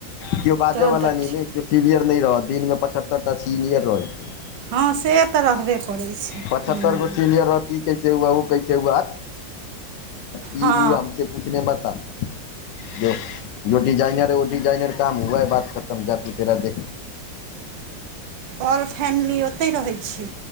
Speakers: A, on the left; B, on the right.
A: किओ बाजवला
B: तहन तऽ
A: नै
B: ठीक
A: ने किओ सीनियर नै रहत दिन में पचहत्तर टा सीनियर रहै छै।
B: हँ से तऽ रहबे करै छै
A: पचहत्तर
B: हूँ।
A: गो सीनियर रहत ई कैसे हुआ उ कैसे हुआ हट ई
B: हँ
A: प <unintelligible> <unintelligible>
B: ऑल फैमिली ओतय रहै छी?